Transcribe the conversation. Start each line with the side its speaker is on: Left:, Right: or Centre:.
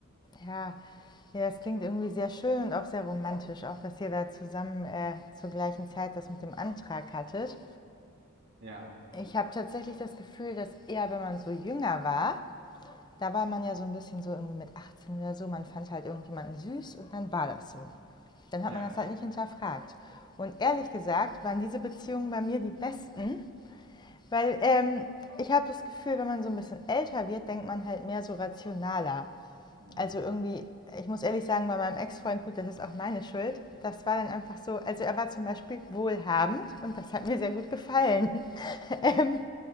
Left: Ja, ja, das klingt irgendwie sehr schön und auch sehr romantisch, auch dass ihr da zusammen äh, zur gleichen Zeit das mit dem Antrag hattet.
Right: Ja,
Left: Ich habe tatsächlich das Gefühl, dass eher, wenn man so jünger war, da war man ja so ein bisschen so irgendwie mit 18 oder so, man fand halt irgendjemanden süß und dann war das so. Dann
Right: ja,
Left: hat man das halt nicht hinterfragt. Und ehrlich gesagt waren diese Beziehungen bei mir die besten, weil ähm, ich habe das Gefühl, wenn man so ein bisschen älter wird, denkt man halt mehr so rationaler.
Right: hm,
Left: Also irgendwie, ich muss ehrlich sagen, bei meinem Ex-Freund, gut, das ist auch meine Schuld. Das war dann einfach so, also er war zum Beispiel wohlhabend und das hat mir sehr gut gefallen. <laughs> ähm,